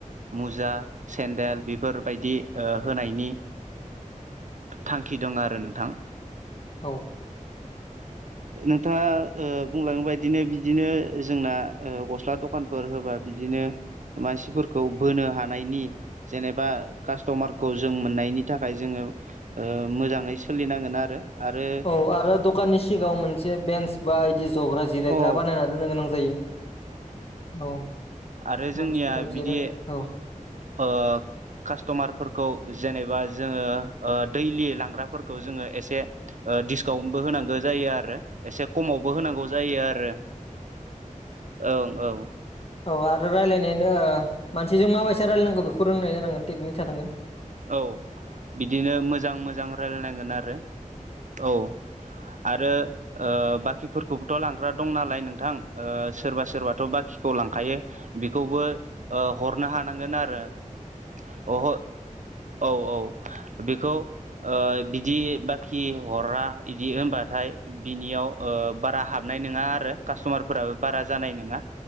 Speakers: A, on the right; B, on the left.
A: मुजा सेन्देल बेफोरबायदि होनायनि थांखि दं आरो नोंथां ना
B: औ।
A: नोंथाङा बुंलांनाय बादिनो बिदिनो जोंना गस्ला दखानफोर होबा बिदिनो मा मानसिफोरखौ बोनो हानायनि जेनेबा कास्ट'मारखौ जों मोननायनि थाखाय जोङो मोजाङै सोलिनांगोन आरो
B: औ आरो दखाननि सिगाङाव मोनसे बेन्स बा बिदि जग्रा जिरायग्रा
A: औ
B: बानायनानै दोननो गोनां जायो। औ
A: आरो जोंनिया
B: मानसिफोरा
A: बिदि
B: जिराय औ।
A: ओ कास्टमारफोरखौ जेनेबा जोङो दैलि लांग्राफोरखौ जोङो एसे डिसकाउन्टबो होनांगौ जायो आरो एसे खमावबो होनांगौ जायो आरो। औ औ।
B: औ आरो रायज्लायनायानो मानसिजों माबायदि रायलायनांगौ बेखौ रोंनाय जानांगोन टेकनिक थानांगोना।
A: औ बिदिनो मोजां मोजां रायजलायनांगोन आरो औ। आरो बाखिफोरखौबोथ' लांग्रा दं नालाय नोंथां। सोरबा सोरबाथ' बाखिखौ लांखायो ना बेखौबो हरनो हानांगोन आरो अ होम। औ औ बेखौ ओ बिदि बाखि हरा बिदि होनबाथाय बिनिखौ बारा हाबनाय नङा आरो कास्ट'मारफोराबो बारा जानाय नङा।